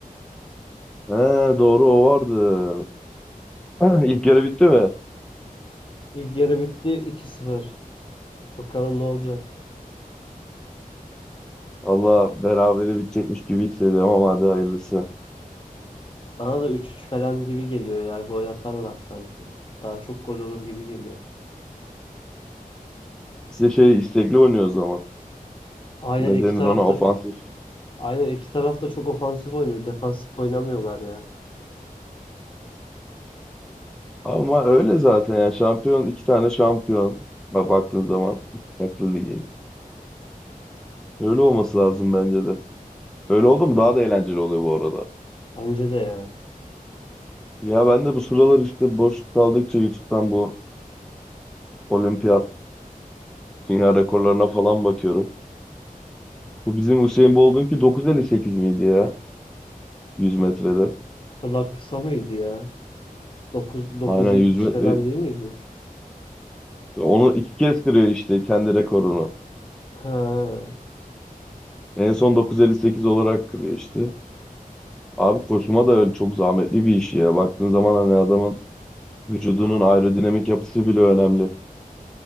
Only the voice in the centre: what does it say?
He doğru o vardı. <clears throat> İlk yarı bitti mi?
Valla berabere bitecekmiş gibi hissediyorum ama hadi hayırlısı.
Size şey istekli oynuyor o zaman.
Ne
denir
ona ofansif.
Ama öyle zaten ya şampiyon iki tane şampiyon. Bak baktığın zaman farklı ligin. Öyle olması lazım bence de. Öyle oldu mu daha da eğlenceli oluyor bu arada.
Ya ben de bu sıralar işte boş kaldıkça YouTube'dan bu olimpiyat dünya rekorlarına falan bakıyorum. Bu bizim Usain Bolt'un ki 9.58 miydi ya 100 metrede?
Aynen 100 metre.
Onu iki kez kırıyor işte kendi rekorunu.
En son 9.58 olarak kırıyor işte. Abi koşuma da öyle çok zahmetli bir iş ya. Baktığın zaman hani adamın vücudunun aerodinamik yapısı bile önemli.